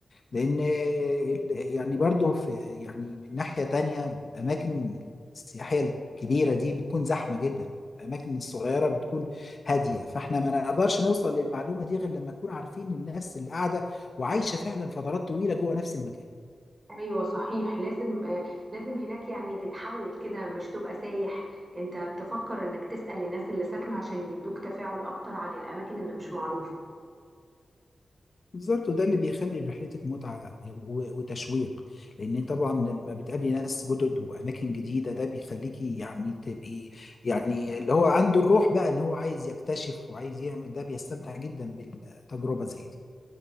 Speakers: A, on the left; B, on the right.
A: لان ال- يعني برضو في يعني من ناحية تانية الاماكن السياحية الكبيرة دي بتكون زحمة جدا الاماكن الصغيرة بتكون هادية فاحنا ما نقدرش نوصل للمعلومة دي غير لما نكون عارفين الناس اللي قاعدة وعايشة فعلا فترات طويلة جوه نفس المكان
B: ايوه صحيح لازم آه، لازم هناك يعني تتحول كده مش تبقى سايح انت تفكر انك تسأل الناس اللي ساكنه عشان يدوك تفاعل اكتر عن الاماكن اللي مش معروفه
A: بالظبط وده اللي بيخلي رحلتك متعة و- وتشويق لأن طبعا لما بتقابلي ناس جدد وأماكن جديدة ده بيخليكي يعني تبقي يعني اللي هو عنده الروح بقى إن هو عايز يكتشف وعايز يعمل ده بيستمتع جدا بالتجربة زي دي